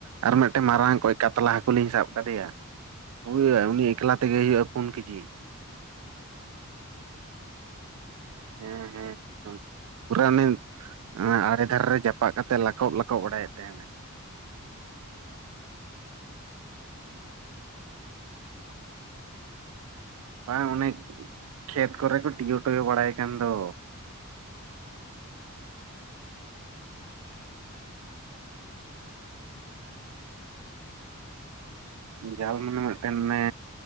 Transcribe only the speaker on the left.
ᱦᱮᱸ
ᱦᱮᱸ
ᱦᱮᱸ
ᱚ ᱛᱟᱦᱞᱮ ᱟᱹᱰᱤ ᱢᱟᱨᱟᱝ ᱦᱟᱹᱠᱩ ᱵᱤᱱ ᱥᱟᱵ ᱠᱟᱫᱮᱭᱟ ᱦᱮᱸ ᱥᱮ
ᱚ ᱛᱟᱞᱦᱮ ᱜᱚᱝᱠᱮ ᱪᱟᱯᱚ ᱠᱟᱛᱮ ᱵᱤᱱ ᱥᱟᱵ ᱠᱮᱫ ᱠᱚᱣᱟ ᱥᱮ ᱵᱟᱲᱥᱤ ᱛᱮ
ᱚᱻ ᱢᱟᱱᱮ ᱪᱟᱯᱚ ᱠᱟᱛᱮ ᱜᱮ ᱢᱟᱱᱮ ᱵᱤᱱ ᱥᱟᱵ ᱠᱮᱫ ᱠᱚᱣᱟ ᱥᱮ ᱮᱢᱱᱤ ᱡᱟᱦᱟᱸ ᱪᱟᱯᱚ ᱠᱟᱛᱮᱫ ᱜᱮᱥᱮ ᱮᱢᱱᱤ ᱡᱟᱞ ᱛᱮ